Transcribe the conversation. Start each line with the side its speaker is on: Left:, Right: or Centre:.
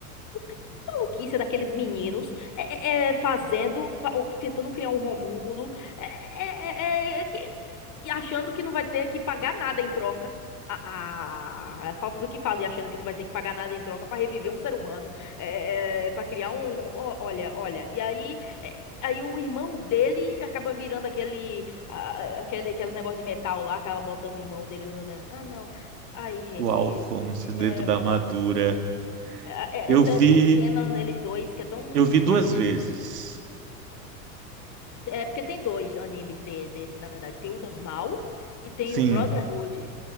Left: que maluquice é daqueles meninos é, é, é, fazendo, pa- ó, tentando criar um homúnculo é, é, é, é, é, que- e achando que não vai ter que pagar nada em troca. A, a- a falta do que fazer, achando que não vai ter que pagar nada em troca pra reviver um ser humano, é, para criar um, um- ó, olha, olha. E aí, é, aí o irmão dele acaba virando aquele, a- a- aquele, aquele negócio de metal lá, acaba botando o irmão dele no. Ah, não. Aí, gente,
Right: o Alphonse dentro
Left: eu,
Right: da armadura.
Left: é, é- é-
Right: Eu
Left: é- tá,
Right: vi
Left: tem cena neles dois que é tão uma
Right: Eu vi duas
Left: cena...
Right: vezes.
Left: É porque tem dois animes de- desse, na verdade. Tem o normal e tem
Right: Sim.
Left: o Brotherhood.